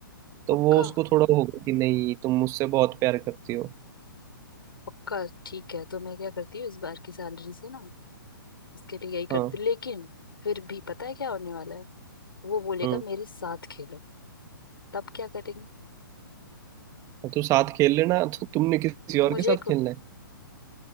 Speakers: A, on the right; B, on the left.
A: तो
B: पक्का
A: वो उसको थोड़ा होगा कि नहीं तुम मुझसे बहुत प्यार करती हो
B: पक्का ठीक है तो मैं क्या करती हूँ इस बार की सैलरी से ना उसके लिए यही कर
A: हाँ
B: दी लेकिन फिर भी पता है क्या होने वाला है वो बोलेगा
A: हम्म
B: मेरे साथ खेलो तब क्या करेंगे
A: तो तू साथ खेल लेना तो तुमने किसी
B: मुझे
A: और के साथ
B: को
A: खेलना है